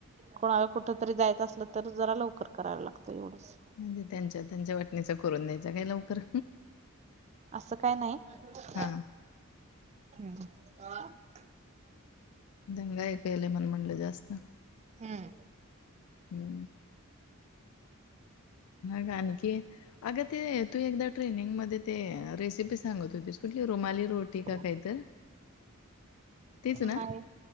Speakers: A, on the right; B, on the left.
A: कोणाला कुठं तरी जायचं असलं तर जरा लवकर करायला लागतं एवढंच
B: म्हणजे त्यांच्या त्यांच्या वाटणीचा करून द्यायचा काय लवकर?
A: असं काय नाही-
B: हां.
A: <inaudible>
B: दंगा ऐकायला मला म्हटलं जास्त
A: हम्
B: हम् मग आणखी? अगं ते तू एकदा ट्रेनिंग मध्ये ते रेसिपी सांगत होतीस कुठली रुमाली रोटी?
A: <inaudible>
B: का काही तर? तीच ना?
A: नाही